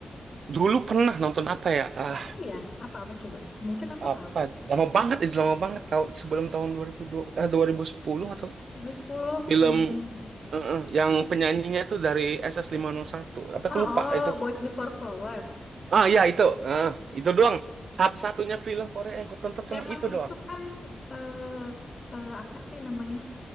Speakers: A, on the right; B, on the left.
A: Dulu pernah nonton apa ya? Ah,
B: Oh iya, apa-apa coba. Mungkin aku
A: apa?
B: tahu.
A: Lama banget itu lama banget tahun sebelum tahun dua ribu dua eh, 2010 atau
B: Sampai sepuluh
A: film
B: Hmm.
A: heeh, yang penyanyinya tuh dari ss satu. Apa
B: Ah,
A: aku lupa itu.
B: oh, Boys Before Flower.
A: Ah iya itu, ah, itu doang. Satu-satunya film Korea yang aku tonton cuma
B: Emang
A: itu doang.
B: itu kan eh, eh, apa sih namanya?